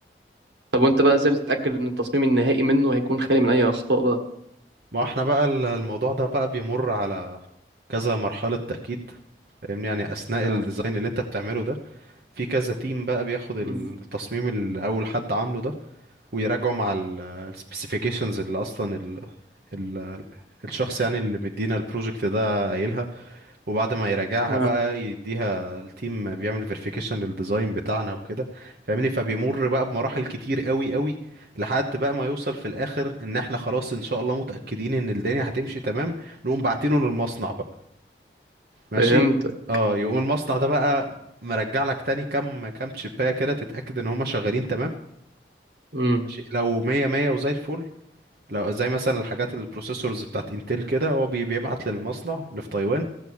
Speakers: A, on the right; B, on the right.
A: طب وانت بقى ازاي بتتأكد ان التصميم النهائي منه هيكون خالي من اي اخطاء بقى؟
B: ما احنا بقى ال- الموضوع ده بقى بيمر على كذا مرحله تاكيد فاهمني يعني اثناء
A: اه
B: الديزاين اللي انت بتعمله ده في كذا تيم بقى بياخد التصميم
A: مم.
B: اللي اول حد عامله ده ويراجعوا مع السبيسيفيكيشنز اللي اصلا ال ال الشخص يعني اللي مدينا البروجكت ده قايلها وبعد ما يراجعها
A: اه
B: بقى يديها التيم بيعمل فيريفيكيشن للديزاين بتاعنا وكده فاهمني فبيمر بقى بمراحل كتير قوي قوي لحد بقى ما يوصل في الاخر ان احنا خلاص ان شاء الله متأكدين ان الدنيا هتمشي تمام نقوم باعتينه للمصنع بقى ماشي
A: فهمتك
B: اه يقوم المصنع ده بقى مرجع لك تاني كام كام تشيبايه كده تتأكد ان هما شغالين تمام
A: امم
B: ماشي لو مية مية وزي الفل لو زي مثلا الحاجات البروسيسورز بتاعت انتل كده هو بي- بيبعت للمصنع اللي في تايوان